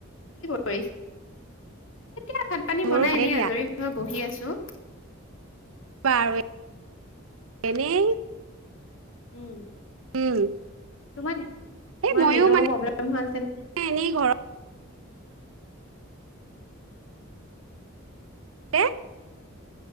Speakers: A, on the left (about 75°); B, on the right (about 90°).
A: কৰিছ এতিয়া ভাত-পানী
B: মোৰো
A: বনাই
B: ভালে
A: এনে
B: দিয়া
A: আজৰি হৈ বহি আছো। তু
B: বাৰু, এনেই।
A: উম।
B: উম।
A: তোমাৰ নি
B: এই
A: তোমাৰ
B: ময়ো
A: নেটৱৰ্কৰ
B: মানে
A: প্ৰব্লেম হৈ আছে নি
B: এনেই ঘৰতে এ